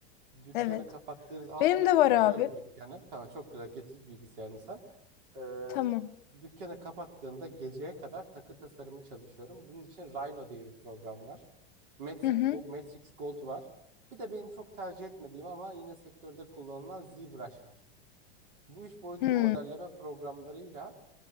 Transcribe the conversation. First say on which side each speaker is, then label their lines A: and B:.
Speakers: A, on the right; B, on the left.
A: Dükkanı
B: Evet.
A: kapattığınız altıda
B: Benim de
A: kapatıyorum
B: var abi.
A: dükkanı. Tamam çok güzel getir bilgisayarını sen. Ee,
B: Tamam.
A: dükkanı kapattığımda geceye kadar takı tasarımı çalışıyorum. Bunun için Rhino diye bir program var. Matrix,
B: Hı hı.
A: Go- Matrix Gold var. Bir de benim çok tercih etmediğim ama yine sektörde kullanılan ZBrush var. Bu üç boyutlu
B: Hı.
A: modelleme programlarıyla